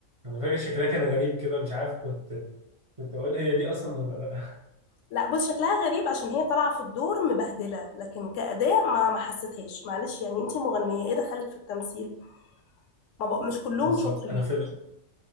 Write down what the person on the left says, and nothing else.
لا بص شكلها غريب عشان هي طالعه في الدور مبهدله لكن كاداء ما ما حسيتهاش معلش يعني انت مغنيه ايه دخلك في التمثيل ما بق... مش كلهم
شاطرين